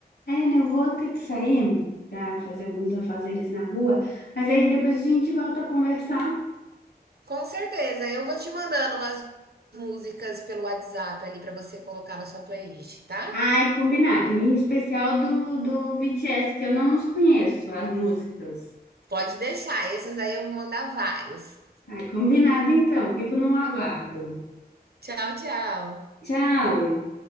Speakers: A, on the left; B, on the right.
A: Aí, Aiane, eu vou ter que sair para fazer alguns afazeres na rua, mas aí depois a gente volta a conversar.
B: Com certeza. Eu vou te mandando umas músicas pelo WhatsApp ali para você colocar na sua playlist, tá?
A: Ai, combinado, em especial do, do BTS, que eu não os conheço, as músicas.
B: Pode deixar. Esses aí eu vou mandar vários.
A: Ai, combinado então, fico no aguardo.
B: Tchau, tchau.
A: Tchau!